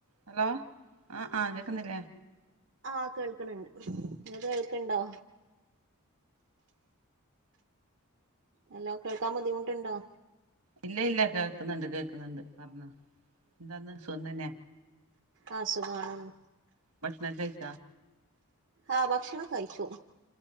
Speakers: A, on the right (about 80°); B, on the right (about 55°).
A: Hello ആ ആ കേൾക്കുന്നില്ലേ
B: ആഹ കേൾക്കണണ്ട് കേൾക്കണ്ടോ ഹലോ കേൾക്കാൻ ബുദ്ധിമുട്ടുണ്ടോ
A: ഇല്ല ഇല്ല കേക്കുന്നുണ്ട് കേക്കുന്നുണ്ട് പറഞ്ഞോ എന്താന്ന് സുഖം തന്നെ
B: അ സുഖആണ്
A: ഭക്ഷണം കഴിച്ച
B: ആ ഭക്ഷണം കഴിച്ചു